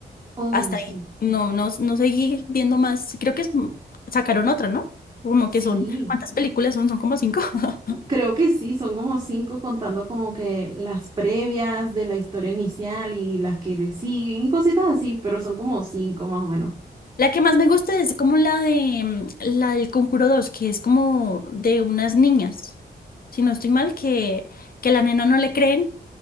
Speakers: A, on the right; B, on the left.
A: Oh,
B: Hasta
A: sí.
B: ahí. No, no, no seguí viendo más. Creo que es- sacaron otra, ¿no? Como
A: Sí,
B: que son, ¿cuántas películas son? Son como cinco. <laughs>
A: creo que sí, son como cinco contando como que las previas de la historia inicial y las que le siguen y cositas así, pero son como cinco más o menos.
B: La que más me gusta es como la de mm, la del Conjuro Dos, que es como de unas niñas, si no estoy mal, que, que la nena no le creen,